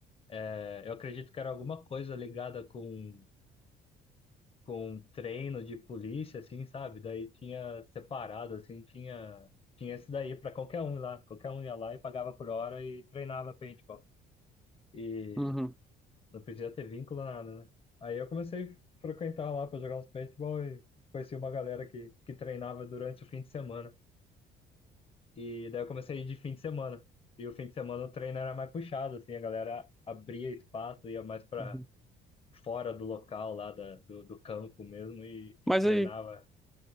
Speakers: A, on the left (about 35°); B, in the centre.
A: É, eu acredito que era alguma coisa ligada com com um treino de polícia, assim, sabe? Daí tinha separado, assim, tinha, tinha esse daí para qualquer um lá. Qualquer um ia lá e pagava por hora e treinava paintball. E
B: Uhum.
A: não podia ter vínculo, nada, né? Aí eu comecei a frequentar lá para jogar uns paintball e conheci uma galera que, que treinava durante o fim de semana. E daí eu comecei a ir de fim de semana. E o fim de semana o treino era mais puxado, assim, a galera abria espaço, ia mais para
B: Uhum.
A: fora do local lá da, do, do campo mesmo e, e
B: Mas
A: treinava
B: aí,